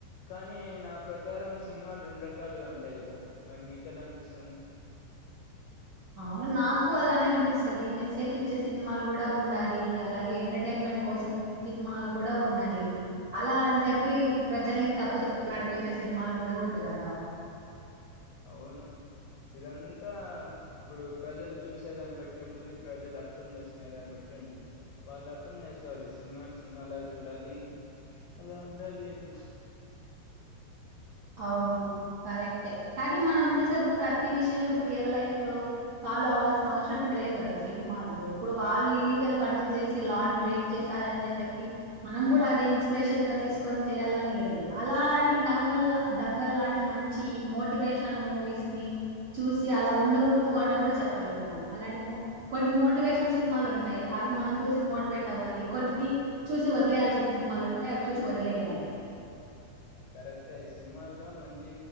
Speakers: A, on the left; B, on the right.
A: కానీ నా ప్రకారం సిన్మాలు రెండు రకాలుగా ఉంటాయ్ కదా మరి నీకెలా అనిపిస్తాంది
B: అవున్ నాకు అలానే అనిపిస్తది మెసేజ్ ఇచ్చే సిన్మాలు కూడా ఉండాలి అలాగే ఎంటర్టైన్మెంట్ కోసం సిన్మాలు కూడా ఉండలి అలా అన్ చెప్పి ప్రజల్ని తప్పు దోవ్ నడిపించే సిన్మాలు ఉండకూడ్దు గదా
A: అవును ఇదంతా ఇప్పుడు ప్రజలు చూసే దాన్ బట్టి ఉంటుంది ప్రజలు అర్థం చేసుకునే దాన్ బట్టి ఉంటుంది వాళ్ళు అర్థం చేసుకోవాలి సిన్మాని సినిమాలాగ చూడాలి అలా ఉండాలి అని చెప్పి
B: అవును కరెక్టే కానీ మనం చూసే ప్రతి విషయం రియల్ లైఫ్ లో ఫాలో అవ్వాల్సిన అవసరం లేదు గదా సిన్మాల్లో ఇప్పుడు వాళ్ళు ఇల్లీగల్ పన్లు చేసి లా ని బ్రేక్ చేశారని చెప్పి మనం కూడా అది ఇన్స్పిరేషన్ గా తీసుకొని చేయాలని లేదు అలా అని దంగల్ లా దంగల్ లాంటి మంచి మోటివేషనల్ మూవీస్ ని చూసి అలా ఉండకూడదు అని కూడా చెప్పలేము మనం అలాంటి మో కొన్ని మోటివేషనల్ సినిమాలు ఉంటాయి అవి మనం చూసి మోటివేట్ అవ్వాలి కొన్ని చూసి వదిలేయాల్సిన సినిమాలు ఉంటాయి అవి చూసి వదిలేయాలి
A: కరెక్టే సినిమాల్లో మంచి